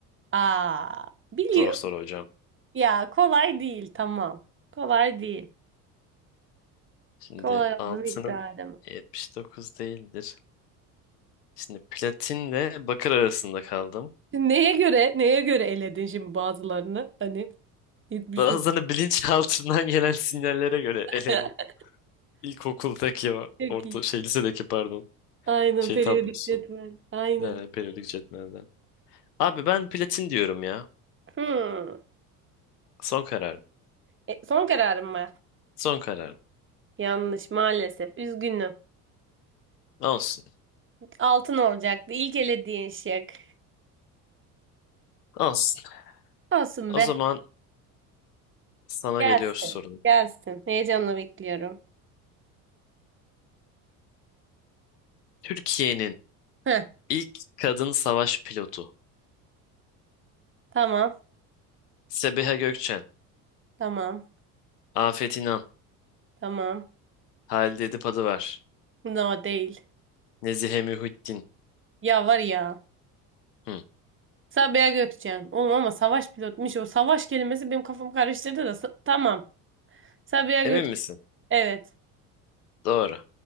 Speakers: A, on the right (about 25°); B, on the left (about 80°).
A: Aa, biliyorum.
B: Zor soru hocam.
A: Ya kolay değil tamam. Kolay değil.
B: Şimdi
A: Kolay olduğunu
B: altının
A: iddia edemem.
B: 79 değildir. Şimdi platinle bakır arasında kaldım.
A: Şimdi Neye göre, neye göre eledin şimdi bazılarını? Hani 79.
B: Bazılarını bilinçaltından gelen sinyallere göre eledim.
A: <laughs>
B: İlkokuldaki o
A: Çok
B: orta
A: iyi.
B: şey lisedeki pardon
A: Aynen
B: şey
A: periyodik
B: tablosu.
A: cetvel. Aynen.
B: Ee, periyodik cetvelden. Abi ben platin diyorum ya.
A: Hmm.
B: Son kararım.
A: E, son kararım mı?
B: Son kararım.
A: Yanlış maalesef. Üzgünüm.
B: Olsun.
A: Altın olacaktı. İlk elediğin şık.
B: Olsun.
A: Olsun
B: O
A: be.
B: zaman sana
A: Gelsin.
B: geliyor sorun.
A: Gelsin. Heyecanla bekliyorum.
B: Türkiye'nin
A: Heh,
B: ilk kadın savaş pilotu.
A: tamam.
B: Sebiha Gökçen,
A: Tamam.
B: Afet İnan,
A: Tamam.
B: Halide Edip Adıvar,
A: No değil.
B: Nezihe Mühittin.
A: Ya var ya.
B: Hı.
A: Sabiha Gökçen. Oğlum ama savaş pilotmuş o. Savaş kelimesi benim kafamı karıştırdı da. sa- Tamam. Sabiha Gökçen.
B: Emin misin?
A: Evet.
B: Doğru.